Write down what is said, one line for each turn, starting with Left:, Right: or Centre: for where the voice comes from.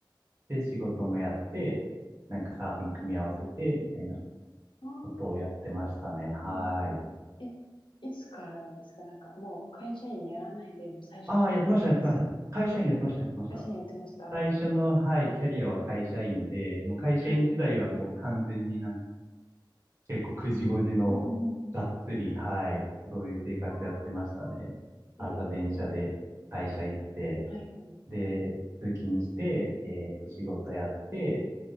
Right: で、仕事もやって、なんかサーフィン組み合わせて、みたいな
Left: ああ、なる
Right: ことをやってましたね。はい。
Left: ほど。え、いつからなんですかなんか、もう会社員やらないで、もう最初からフリーランス。
Right: ああ、やってました、やってました。会社員やってました、やってました。
Left: 写真やってました
Right: 最初の、はい、キャリアは会社員で、もう会社員時代はもう完全になん、
Left: はい。
Right: 結構く時ご時のがっつり、
Left: うんうん
Right: はい、そういう生活やってましたね。
Left: うん。ああ。
Right: 朝電車で会社行って、
Left: え、やっはい。
Right: で、通勤して、えっと、仕事やって、